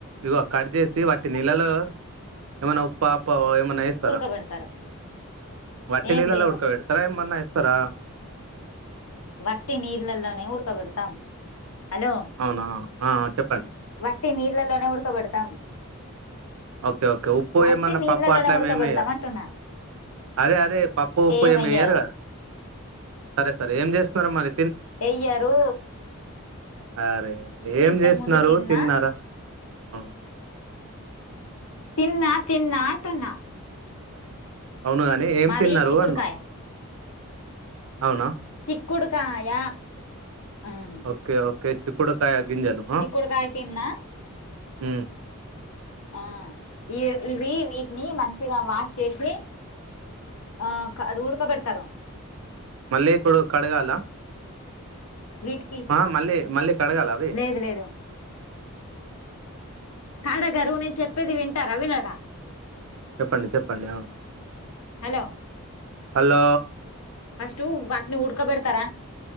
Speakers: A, on the right; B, on the left.
A: ఇగ కట్ చేసి వట్టి నీళ్ళలో ఏమన్నా ఉప్ప అప్ప ఏమన్నా ఏస్తారా
B: ఉడకబెడతారు
A: వట్టి
B: ఏం
A: నీళ్ళలో
B: లేదు
A: ఉడకబెడతారా ఏమన్నా ఏస్తారా
B: వట్టి నీళ్ళలోనే ఉడకబెడతాం హలో వట్టి
A: అవునా ఆ చెప్పండి
B: వట్టి నీళ్ళలోనే ఉడకబెడతాం
A: ఓకే ఓకే ఉప్పు
B: వట్టి
A: ఏమన్నా
B: నీళ్ళలోనే
A: పప్పు అట్లా
B: ఉడకబెడతాం
A: ఏమెయ్యారు
B: అంటున్నా
A: అదే అదే పప్పు ఉప్పు
B: ఏమెయ్యరు
A: ఏం వెయ్యరు కదా సరే సరే ఏం చేస్త సరే మరి
B: ఎయ్యరు
A: ఆరే ఏం
B: ఇంతకు
A: చేస్తున్నారు
B: ముందు తిన్నా
A: తిన్నారా హ
B: తిన్నా తిన్నా అంటున్నా
A: అవునుగాని ఏం
B: మాది
A: తిన్నారు
B: చిక్కుడుకాయ
A: అన్న అవునా
B: చిక్కుడుకాయ ఉమ్,
A: ఓకే ఓకే చిక్కుడుకాయ గింజలు
B: చిక్కుడుకాయ తిన్నా
A: హుమ్
B: ఆ ఈ ఇవి వీటిని మంచిగా వాష్ చేసి ఆ కడుగుడు ఉడక పెడతారు
A: మళ్లీ ఇప్పుడు కడగాలా
B: వీటికి
A: ఆ మళ్ళీ మళ్ళీ కడగాలా అవి
B: లేదు లేదు కడగరు నేను చెప్పేది వింటారా వినరా
A: చెప్పండి చెప్పండి ఓ
B: హలో
A: హలో
B: ఫస్ట్ వాటిని ఉడకబెడతారా